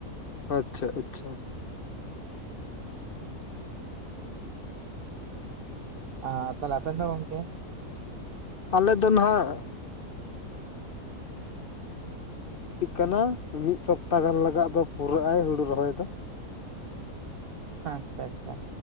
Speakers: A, on the left; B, on the right.
A: ᱟᱪᱪᱷᱟ, ᱟᱪᱪᱷᱟ᱾
B: ᱟᱨ ᱛᱟᱦᱚᱞᱮ ᱟᱵᱮᱱ ᱫᱚ ᱜᱝᱢᱠᱮ?
A: ᱟᱞᱮ ᱫᱚ ᱱᱟᱦᱟᱜ ᱞᱟᱹᱠᱛᱤᱜ ᱠᱟᱱᱟ ᱢᱤᱫ ᱥᱚᱯᱛᱟ ᱜᱟᱱ ᱞᱟᱜᱟᱜ ᱫᱚ ᱯᱩᱨᱟᱹᱜ ᱟᱭ ᱦᱩᱬᱩ ᱨᱚᱦᱚᱭ ᱫᱚ,
B: ᱟᱪᱪᱷᱟ ᱟᱪᱪᱷᱟ